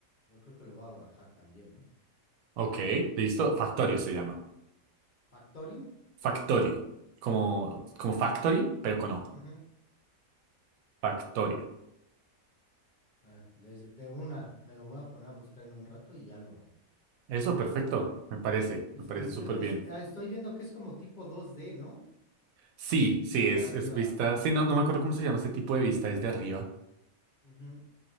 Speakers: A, on the left; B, on the right.
A: Yo creo que lo voy a bajar también, ¿eh?
B: Ok, listo. Factorio se llama.
A: Factorium.
B: Factorio. Como, como factory, pero con O.
A: Ujú.
B: Factorio.
A: Ah, de, de una, me lo voy a poner a buscar en un rato y ya lo,
B: Eso,
A: lo
B: perfecto.
A: bajo.
B: Me parece,
A: Es,
B: me parece
A: es
B: súper
A: que es-
B: bien.
A: ah, estoy viendo que es como tipo dos d ¿no?
B: Sí, sí,
A: Desde
B: es,
A: arriba.
B: es vista. Sí, no, no me acuerdo cómo se llama ese tipo de vista, es de arriba.
A: Ujú.